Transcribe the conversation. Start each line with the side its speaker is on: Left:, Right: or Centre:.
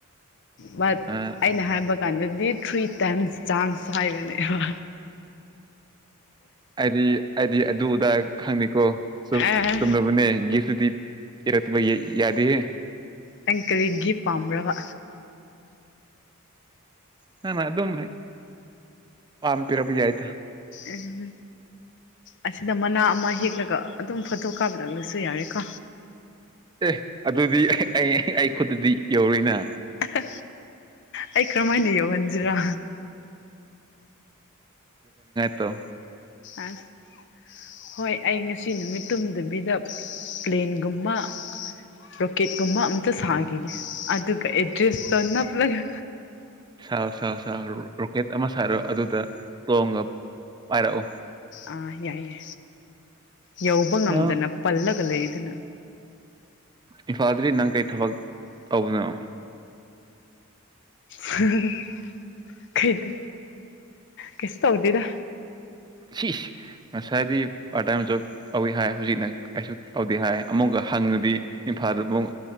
Left: ꯕꯠ
Right: ꯑ
Left: ꯑꯩꯅ ꯍꯥꯏꯕ ꯀꯥꯟꯗꯗꯤ ꯊ꯭ꯔꯤ ꯇꯥꯏꯝꯁ ꯆꯥꯟꯁ ꯍꯥꯏꯕꯅꯦꯕꯥ
Right: ꯑꯥꯏꯗꯤ ꯑꯥꯏꯗꯤ ꯑꯗꯨ ꯑꯗꯥ ꯈꯪꯗꯦꯀꯣ ꯆꯨ
Left: ꯑꯦ
Right: ꯆꯨꯝꯂꯕꯅꯦ ꯒꯤꯐꯇꯨꯗꯤ ꯏꯔꯠꯄꯕ ꯌꯥꯗꯦ ꯍꯦ
Left: ꯅꯪ ꯀꯔꯤ ꯒꯤꯐ ꯄꯥꯝꯕ꯭ꯔꯕ
Right: ꯅꯪꯅꯥ ꯑꯗꯨꯝ ꯍꯦꯛ ꯄꯥꯝ ꯄꯤꯔꯛꯄ ꯌꯥꯏꯗ
Left: ꯎꯝ ꯑꯁꯤꯗ ꯃꯅꯥ ꯑꯃ ꯍꯦꯛꯂꯒ ꯑꯗꯨꯝ ꯐꯣꯇꯣ ꯀꯥꯞꯂꯛꯂꯁꯨ ꯌꯥꯔꯦꯀꯣ
Right: ꯑꯦ ꯑꯗꯨꯗꯤ ꯑꯩ ꯑꯩ ꯈꯨꯠꯇꯗꯤ ꯌꯧꯔꯣꯏꯅꯥ
Left: ꯑꯍꯥ ꯑꯩ ꯀꯔꯝꯃꯥꯏꯅ ꯌꯧꯍꯟꯖꯤꯔꯥ
Right: ꯇꯣ
Left: ꯑꯁ ꯍꯣꯏ ꯑꯩ ꯉꯁꯤ ꯅꯨꯃꯤꯠ ꯇꯨꯝꯗꯕꯤꯗ ꯄ꯭ꯂꯦꯟꯒꯨꯝꯕꯥ ꯔꯣꯀꯦꯠꯀꯨꯝꯕꯥ ꯑꯝꯇ ꯁꯥꯒꯤꯒꯦ ꯑꯗꯨꯒ ꯑꯦꯗ꯭ꯔꯦꯁꯇꯣ ꯅꯞꯂꯒ
Right: ꯁꯥꯎ ꯁꯥꯎ ꯁꯥꯎ ꯔꯣꯀꯦꯠ ꯑꯃ ꯁꯥꯔꯣ ꯑꯗꯨꯗꯥ ꯇꯣꯡꯒ ꯄꯥꯏꯔꯛꯑꯣ
Left: ꯑꯥ ꯌꯥꯏꯌꯦ ꯌꯧꯕ ꯉꯝꯗꯅ
Right: ꯅꯪ
Left: ꯄꯜꯂꯒ ꯂꯩ ꯗꯅꯥ
Right: ꯏꯝꯐꯥꯜꯗꯗꯤ ꯅꯪ ꯀꯩ ꯊꯕꯛ ꯇꯧꯕꯅꯣ
Left: ꯍꯥꯍꯥꯍꯥ ꯈꯩꯗꯦ ꯀꯩꯁꯨ ꯍꯧꯗꯦꯗ
Right: ꯁꯤꯁ ꯉꯁꯥꯏꯗꯤ ꯄꯥꯔꯠ ꯇꯥꯏꯝ ꯖꯣꯕ ꯇꯧꯋꯤ ꯍꯥꯏ ꯍꯧꯖꯤꯛꯅ ꯀꯩꯁꯨ ꯇꯧꯗꯦ ꯍꯥꯏ ꯑꯃꯨꯛꯒ ꯍꯪꯉꯗꯤ ꯏꯝꯐꯥꯜꯗ ꯕꯨꯛ